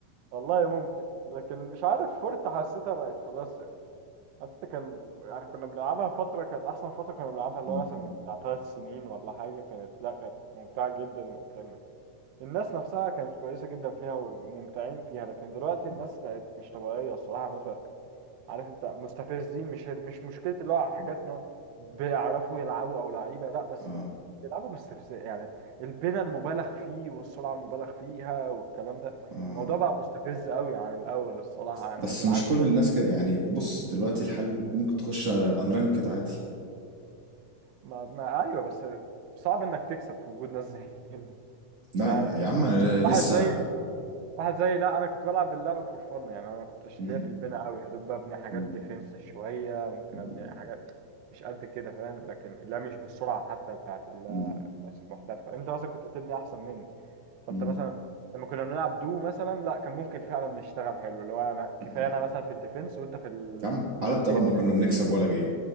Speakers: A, on the right; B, on the right.
A: والله ممكن لكن مش عارف فورت حسيتها بقت خلاص يعني حتى كان يعني كنا بنلعبها فترة كانت أحسن فترة كنا بنلعبها اللي
B: مم.
A: هو مثلا من بتاع ثلاث سنين ولا حاجة كانت لا كانت ممتعة جدا وكان الناس نفسها كانت كويسة جدا فيها وممتعين فيها لكن دلوقتي
B: مم.
A: الناس بقت مش طبيعية الصراحة الناس بقت عارف انت مستفزين مش مش مشكلة اللي هو حكاية
B: آه.
A: ان هو بيعرفوا يلعبوا او لعيبة لا بس
B: آه.
A: بيلعبوا باستفزاز يعني البناء المبالغ فيه والسرعة المبالغ فيها والكلام ده
B: آه.
A: الموضوع بقى مستفز قوي عن الاول الصراحة يعني
B: بس
A: فانت عارف
B: مش كل
A: انت
B: الناس كده يعني بص دلوقتي الحل ممكن تخش انرانكد عادي
A: ما, ما ايوه بس صعب انك تكسب في وجود ناس زي كده
B: لا
A: مش عارف
B: يا, يا
A: يعني
B: عم انا لسه
A: واحد زي واحد زي لا انا كنت بلعب اللعبه فور فن يعني انا ما كنتش
B: مم.
A: ليا في البناء قوي يا دوب ببني حاجات
B: مم.
A: ديفenس شويه ممكن
B: مم.
A: ابني حاجات مش قد كده فاهم لكن لا مش بالسرعه حتى بتاعت ال-
B: مم.
A: الناس المحترفه انت مثلا كنت بتبني احسن مني فانت
B: مم.
A: مثلا لما كنا بنلعب دو مثلا لا كان ممكن فعلا نشتغل حلو اللي هو انا كفايه
B: مم.
A: انا مثلا في الديفنس وانت في ال...
B: يا عم على
A: لما
B: الطلاق
A: تيجي تهاجم
B: ما كنا بنكسب ولا جيم